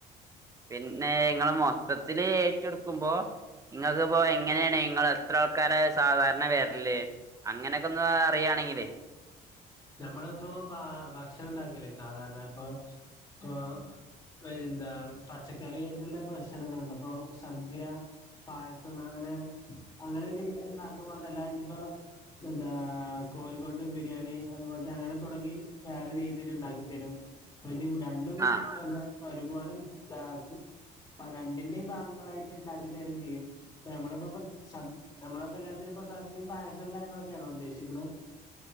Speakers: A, on the right (about 20°); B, on the left (about 20°).
A: പിന്നെ ഇങ്ങൾ മൊത്തത്തില് ഏറ്റെടുക്കുമ്പോ ഇങ്ങൾക്കിപ്പോ എങ്ങനേണ് ഇങ്ങളെത്രാൾക്കാരാ സാധാരണ വര്ല് അങ്ങനക്കൊന്ന് <unintelligible> ണെങ്കില്
B: നമ്മള്പ്പോ ഭ ഭക്ഷണണ്ടാക്കല് സാധാരണ പ്പോ പ്പൊ എന്താ പച്ചക്കറിയായിട്ട്ള്ള ഭക്ഷണങ്ങള്ണ്ട് ഇപ്പൊ സദ്യ പായസം അങ്ങനെ അങ്ങനെ രീതീലിണ്ടാക്കുമ്പോ അതെല്ലാഞ്ഞ്പ്പോ എന്താ കോഴി കൊണ്ട് ബിരിയാണി അതുപോൽത്തങ്ങനെ തൊടങ്ങി വേറെ രീതീലിണ്ടാക്കിത്തരും ഇപ്പനി രണ്ടും
A: ആഹ്
B: ത ഒരുപോലെ താക്കും അ രണ്ടിൻ്റിം ഭാഗങ്ങളായിട്ടിണ്ടാക്കിത്തരും ചെയ്യും. നമ്മള്പ്പോ പ്പ സ നമ്മളൊക്കെ കല്യാണത്തിനിപ്പൊ സദ്യം പായസും കാര്യങ്ങളൊക്കേണോ ഉദ്ദേശിക്കുന്നത്?